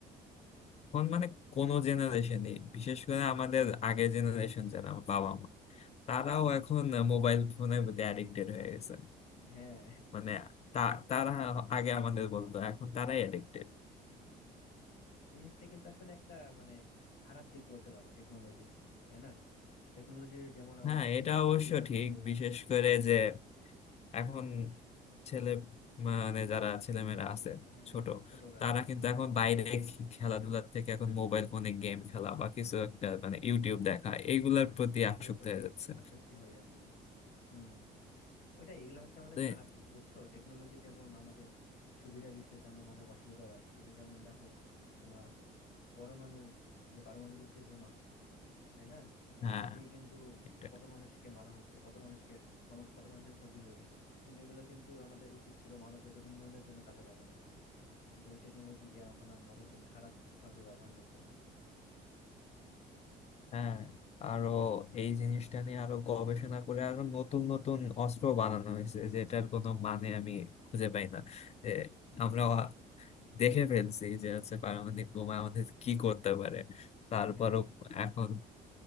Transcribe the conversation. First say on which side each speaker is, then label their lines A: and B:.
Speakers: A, on the left; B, on the left.
A: কোন মানে কোনো জেনারেশনে বিশেষ করে আমাদের
B: হ্যাঁ
A: আগের জেনারেশন যারা আমার বাবা মা তারাও
B: হ্যাঁ
A: এখন মোবাইল ফোনের প্রতি অ্যাডিক্টেড হয়ে গেছে
B: হ্যাঁ
A: মানে তা তারা আগে আমাদের বলতো এখন তারাই অ্যাডিক্টেড
B: এই জিনিসটা কিন্তু আসলে একটা মানে খারাপ দিক বলতে পারো টেকনোলজির তাই না টেকনোলজি যেমন আমাদেরকে
A: হ্যাঁ এটা অবশ্য
B: সুবিধা দিছে
A: ঠিক বিশেষ করে যে এখন ছেলে মানে যারা ছেলেমেয়েরা আছে
B: হ্যাঁ
A: ছোট
B: হ্যাঁ ছোটরা
A: তারা কিন্তু এখন বাইরে খে- খেলাধুলার থেকে এখন মোবাইল ফোনে গেম খেলা বা কিছু একটা মানে ইউটিউব দেখা এইগুলার প্রতি
B: এগুলোর
A: আসক্ত
B: প্রতি
A: হয়ে যাচ্ছে
B: আসক্তি হয়ে যাচ্ছে হুম ওটাই এগুলা হচ্ছে আমাদের
A: তো
B: খারাপ
A: এ-
B: দিক বুঝছো টেকনোলজি যেমন আমাদের সুবিধা দিছে তেমন অনেক অসুবিধাও আছে তুমি যেমন দেখো তোমার পরমাণু যে পারমাণবিক যে বোমা তাই না এগুলো
A: হ্যাঁ
B: দিয়ে কিন্তু
A: এটা-
B: কত মানুষকে মারা হচ্ছে কত মানুষকে কোন- কত মানুষের ক্ষতি হয়ে গেছে কিন্তু এগুলো কিন্তু আমাদের উচিত ছিল মানব জাতির উন্নয়নের জন্য কাজে লাগানোর কিন্তু এই টেকনোলজিকে এখন আম- মানুষজন খারাপ ভাবে ব্যবহার করতেছে
A: হ্যাঁ আরো এই জিনিসটা নিয়ে আরো গবেষণা করে আরো নতুন নতুন অস্ত্র বানানো হয়েছে যেটার কোনো মানে আমি খুঁজে পাই না এ,
B: হুম,
A: আমরা দেখে ফেলছি যে হচ্ছে পারমাণবিক বোমা আমাদের কি করতে পারে তারপরও
B: হ্যাঁ
A: এখন